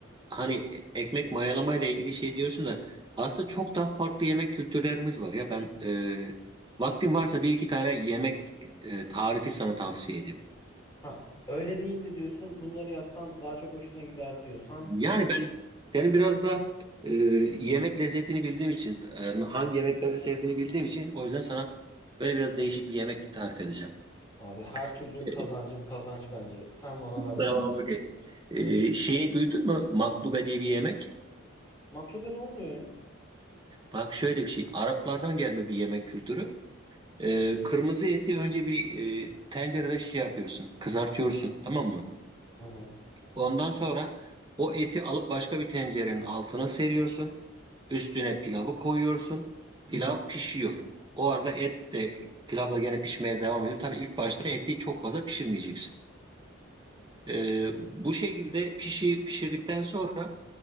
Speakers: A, on the right; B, on the left.
A: hani ekmek mayalama ile ilgili şey diyorsun da aslında çok daha farklı yemek kültürlerimiz var ya ben e, vaktin varsa bir iki tane yemek e, tarifi sana tavsiye edeyim.
B: Ha öyle değil de diyorsun bunları yapsan daha çok hoşuna gider diyorsan
A: Yani ben yani biraz da e, yemek lezzetini bildiğim için, e, hangi yemekleri sevdiğini bildiğim için o yüzden sana böyle biraz değişik bir yemek tarif edeceğim.
B: abi her türlü
A: <laughs>
B: kazancım kazanç bence. Sen bana ver o
A: Tamam,
B: zaman.
A: okey. E, şeyi duydun mu? Maklube diye bir yemek.
B: Maklube ne oluyor ya?
A: Bak şöyle bir şey. Araplardan gelme bir yemek kültürü. E, kırmızı eti önce bir e, tencerede şey yapıyorsun, kızartıyorsun, tamam mı?
B: Hı hı.
A: Ondan sonra o eti alıp başka bir tencerenin altına seriyorsun. Üstüne pilavı koyuyorsun. Pilav pişiyor. O arada et de pilavla gene pişmeye devam ediyor. Tabii ilk başta eti çok fazla pişirmeyeceksin. Ee, bu şekilde pişi, pişirdikten sonra